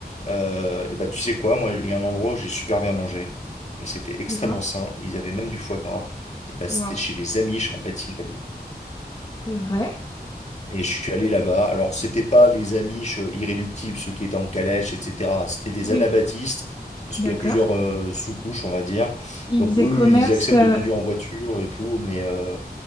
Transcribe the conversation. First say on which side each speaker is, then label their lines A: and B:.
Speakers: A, on the left; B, on the left.
A: Euh, et bah tu sais quoi, moi il y a un endroit où j'ai super bien mangé. Et C'était extrêmement
B: dis-moi.
A: sain. Ils avaient même du foie gras. Et bah c'était
B: Waouh.
A: chez les Amish en Pennsylvanie.
B: C'est vrai?
A: Et je suis allé
B: Ouais.
A: là-bas. Alors c'était pas les Amish euh, irréductibles, ceux qui étaient en calèche, etc. C'était des
B: Oui.
A: anabaptistes. Parce
B: D'accord.
A: qu'il y a plusieurs euh, sous-couches, on va dire.
B: Ils
A: Donc
B: faisaient
A: eux,
B: commerce.
A: ils acceptent
B: euh,
A: de conduire en voiture et tout, mais euh,